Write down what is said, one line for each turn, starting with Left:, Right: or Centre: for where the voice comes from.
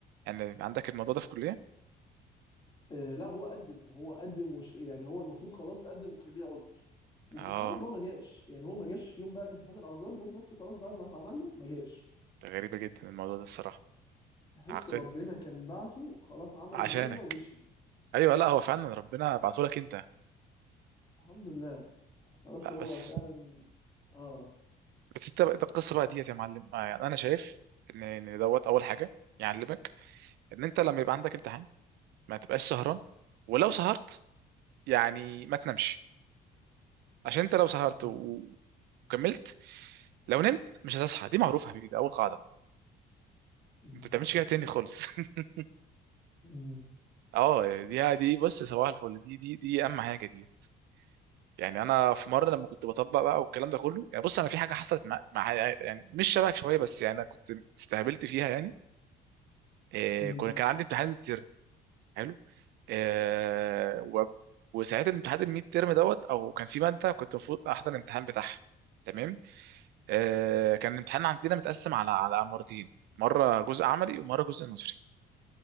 Right: يعني عندك الموضوع ده في الكليه
Left: آه لا هو قدم وهو قدم وش يعني هو المفروض خلاص قدم وكان ليه عذر وسبحان
Right: اه
Left: الله ما جاش يعني هو ما جاش يوم بقى الامتحان الاعذار ذات نفسه خلاص بعد ما اتعمل له ما جاش
Right: ده غريبه جدا الموضوع ده الصراحه
Left: تحس
Right: عقدت
Left: ربنا كان بعته خلاص عمل
Right: عشانك
Left: مهمة ومشي
Right: ايوه لا هو فعلا ربنا بعته لك انت
Left: الحمد لله خلاص
Right: لا
Left: هو
Right: بس
Left: فعلا اه
Right: بس انت بقى- ده القصه بقى ديت يا معلم آه، يعني انا شايف ان ان دوت اول حاجه يعلمك ان انت لما يبقى عندك امتحان ما تبقاش سهران ولو سهرت يعني ما تنامش عشان انت لو سهرت
Left: مم.
Right: و- وكملت لو نمت مش هتصحى دي معروفه يا حبيبي ده اول قاعده
Left: مم.
Right: انت ما تعملش كده تاني خالص <laughs>
Left: مم.
Right: اه دي دي بص صباح الفل دي دي دي اهم حاجه دي يعني انا في مره لما كنت بطبق بقى والكلام ده كله يعني بص انا في حاجه حصلت مع, مع يعني مش شبهك شويه بس يعني انا كنت استهبلت فيها يعني إيه
Left: مم.
Right: كنت كان عندي امتحان ميد ترم حلو إيه و... وساعتها الامتحان الميد ترم دوت او كان في ماده كنت المفروض احضر الامتحان بتاعها تمام إيه كان الامتحان عندنا متقسم على على مرتين مره جزء عملي ومره جزء نظري